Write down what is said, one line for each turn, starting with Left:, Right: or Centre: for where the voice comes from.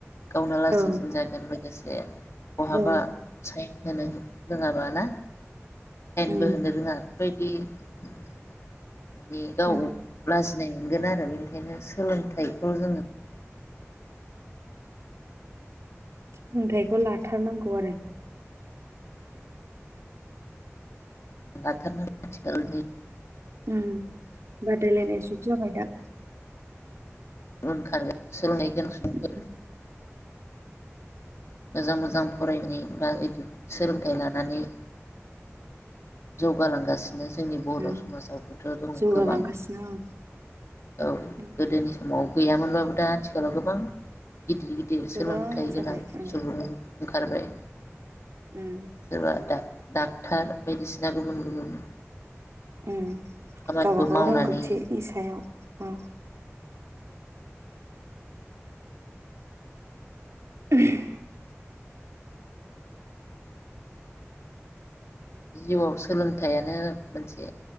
Left: गावनो लासिंसिन
Right: औ
Left: जागोन <unintelligible> बहाबा
Right: औ
Left: साइन होनो रोङा बा ना
Right: उम
Left: बो होनो रोङा बायदि माने गाव
Right: ओं
Left: लाजिनाय मोनगोन आरो बेनिखायनो सोलोंथाइखौ जोङो
Right: सोलोंथाइखौ लाथारनांगौ आरो
Left: लाथार नांगौ आथिखाल
Right: उम बादायलायनाय जुग जाबाय दा
Left: ओं खारगोन सोलोंनाय गोनां सुबुंफोर
Right: उम
Left: मोजां मोजां फरायहोनायफ्रा इदि सोलोंथाइ लानानै जौगालांगासिनो जोंनि बर'
Right: उम
Left: समाजावबोथ' दं
Right: जौगालांगासिनो
Left: गोबां
Right: ओं
Left: औ
Right: उम
Left: गोदोनि समाव गैयामोनब्लाबो दा आथिखालाव गोबां गिदिर गिदिर
Right: गोबां
Left: सोलोंथाइ
Right: जाबाय
Left: गोनां
Right: उम
Left: सुबुं ओंखारबाय
Right: उम
Left: जोंहादा डाक्टार बायदिसिना गुबुन गुबुन
Right: उ
Left: खामानिबो
Right: गावबा गाव
Left: मावनानै
Right: रोंगौथिनि सायाव औ <unintelligible>
Left: जिउआव सोलोंथाइयानो मोनसे